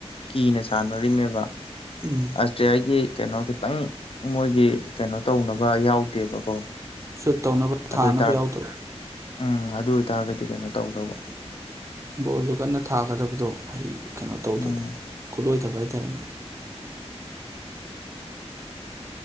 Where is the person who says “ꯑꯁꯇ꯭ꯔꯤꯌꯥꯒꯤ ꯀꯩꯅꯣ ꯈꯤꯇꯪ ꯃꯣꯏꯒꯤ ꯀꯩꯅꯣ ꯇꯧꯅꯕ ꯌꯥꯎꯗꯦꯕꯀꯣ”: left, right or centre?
Left